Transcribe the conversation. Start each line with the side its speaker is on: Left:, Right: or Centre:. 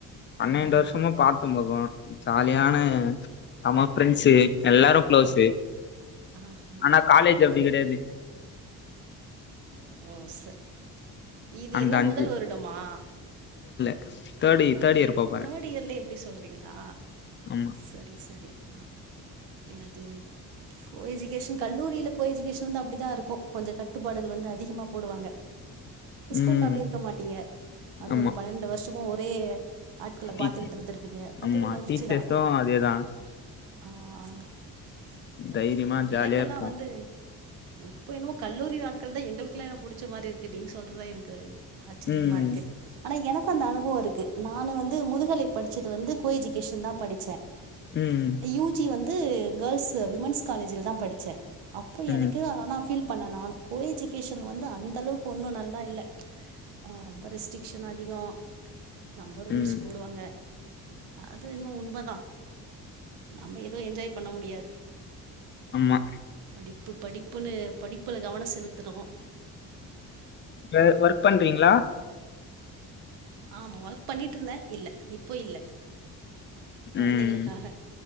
Left: பன்னிரண்டு
Right: ஆ ஆ
Left: வருஷமும் பாத்து முகம் ஜாலியான நம்ம பிரெண்ட்ஸ்ஸு எல்லாரும் க்ளோசு
Right: ஆ ஆஹா
Left: ஆனா காலேஜ் அ இடது
Right: ஓ சரி இது
Left: அந்த
Right: என்ன
Left: அஞ்சு
Right: முதல் வருடமா
Left: <inaudible>
Right: ம்
Left: தேர்ட் இயர் போப்போறே
Right: தேர்ட் இயர்ல இப்டி சொல்றீங்களா
Left: ஆமா
Right: சரி சரி ஆஹ் என்னது கோ எஜுகேஷன் கல்லூரியில கோ எஜுகேஷன் வந்து அப்படிதான் இருக்கு கொஞ்ச கட்டுப்பாடுகள் வந்து அதிகமா போடுவாங்க ஸ்கூல்ல
Left: ம்
Right: அப்படி இருக்க மாட்டீங்க அது
Left: ஆமா
Right: ஒரு பன்ரெண்டு வருஷம் <unintelligible> ஐயைய ஆட்கள
Left: டீ
Right: பாத்துகிட்டு இருந்தருப்பீங்க அது
Left: ஆமா
Right: ஒரு மகிழ்ச்சி
Left: டீச்சர்ஸு
Right: தான்
Left: அதேதா
Right: ஆஹ் சரி
Left: தைரியமா ஜாலியா
Right: எனக்கெல்லாம்
Left: இருப்போ
Right: வந்து இப்ப என்னமோ கல்லூரி வாழ்க்கை தான் எங்களுக்குல்லாம் எனன புடிச்ச மாதிரி இருக்கு நீ சொல்றதான் எனக்கு ஆச்சரியமா
Left: ம்
Right: இருக்கு ஆனா எனக்கு ப்ப அந்த அனுபவம் இருக்கு நானு வந்து முதுகலை படிச்சது வந்து கோ எஜூகேஷன் தான் படிச்சேன்
Left: ம்
Right: யூ ஜி வந்து வந்து கேர்ள்ஸ் விமன்ஸ் காலேஜ்ல தான் படிச்சேன் அப்ப
Left: ம்
Right: எனக்கு ஆனா பீல் அப்போ நானு கோ எஜுகேஷன் வந்து அந்த அளவுக்கு ஒன்னு நல்லா இல்லை ரொம்ப ரெஸ்ட்ரிக்க்ஷன் அதிகம் நம்ப ரூல்ஸ்
Left: ம்
Right: போடுவாங்க அது என்மோ உண்மைதான் நம்ம எதுவும் என்ஜாய் பண்ண முடியாது
Left: ஆமா
Right: படிப்பு படிப்புன்னு படிப்புல கவன செலுத்துனோ
Left: வேர் ஒர்க் பண்றீங்ளா
Right: ஆம் ஒர்க் பண்ணிட்டு இருந்த இல்ல இப்ப இல்ல கொழந்தைளுக்காக
Left: ம்